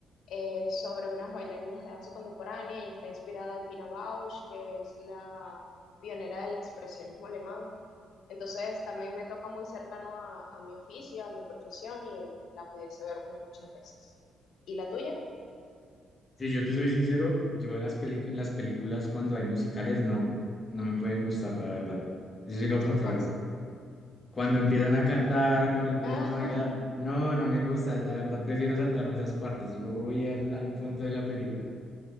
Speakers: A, on the left; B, on the left.
A: eh, sobre unas bailarinas de danza contemporánea y está inspirada en Pina Bausch, que es la pionera del expresionismo alemán. Entonces también me toca muy cercano a, a mi oficio, a mi profesión y la pudiese ver muchas veces. ¿Y la tuya?
B: Si yo te soy sincero, yo las peli- en las películas cuando hay musicales no, no me pueden gustar, la verdad. Yo soy lo
A: Esto
B: contrario.
A: pasa.
B: Cuando empiezan a cantar, cuando empiezan
A: <laughs>
B: a bailar, no, no me gusta. La verdad, prefiero saltarme esas partes y voy al, al punto de la película.